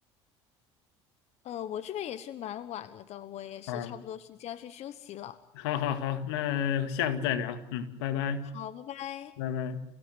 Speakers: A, on the left; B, on the left.
A: 呃，我这边也是蛮晚了的，我也是差不多时间要去休息了。
B: 啊？好好好，那下次再聊，嗯，拜拜，
A: 好，拜拜。
B: 拜拜。